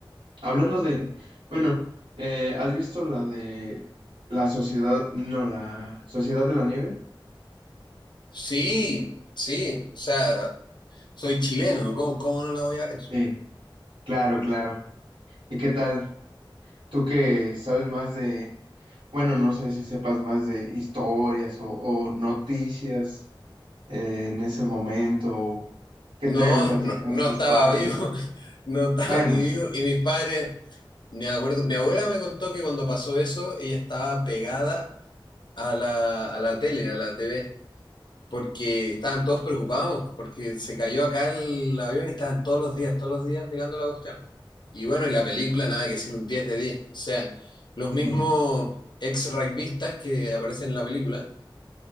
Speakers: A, on the right (about 80°); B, on the left (about 60°).
A: Hablando de, bueno, eh, ¿has visto la de la sociedad, no, la Sociedad de la Nieve?
B: Sí, sí, o sea, soy chileno, ¿cómo, cómo no la voy a ver?
A: Sí, claro, claro. ¿Y qué tal? Tú que sabes más de, bueno, no sé si sepas más de historias o, o noticias eh, en ese momento, o que
B: No,
A: te hayan platicado
B: no, no
A: tus
B: estaba
A: padres.
B: vivo, <laughs> no estaba
A: Bueno,
B: ni vivo.
A: sí.
B: Y mis padres, me acuerdo, mi abuela me contó que cuando pasó eso, ella estaba pegada a la, a la tele, a la TV. porque estaban todos preocupados, porque se cayó acá el avión y estaban todos los días, todos los días mirando la cuestión. Y bueno, y la película, nada que decir, un 10 de 10. O sea, los
A: Sí.
B: mismos ex rugbistas que aparecen en la película,